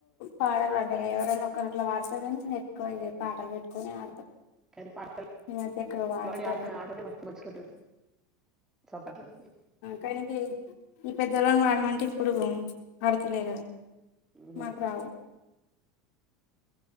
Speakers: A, on the left (about 55°); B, in the centre.
A: పాడలు అంటే ఎవరైనా ఒకరుట్లాడుత నెట్టు పాట పెట్టుకొని ఆడతాం
B: కానీ పాటలు
A: మదక్క వాట
B: పాడి ఆడిన ఆటనే మస్తు మంచిగుంటది చప్పట్లతోని
A: కానీ ఈ పెద్ద వాడ అంటే ఇప్పుడు ఆడతలే
B: ఉహు.
A: మకురావు